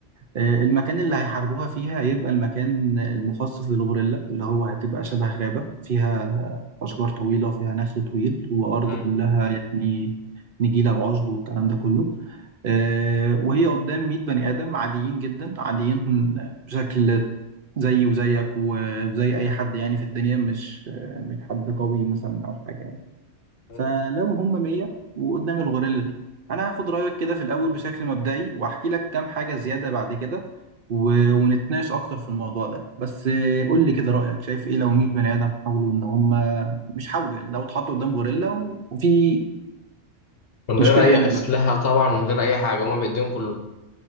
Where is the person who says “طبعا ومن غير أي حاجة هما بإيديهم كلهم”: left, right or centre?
Left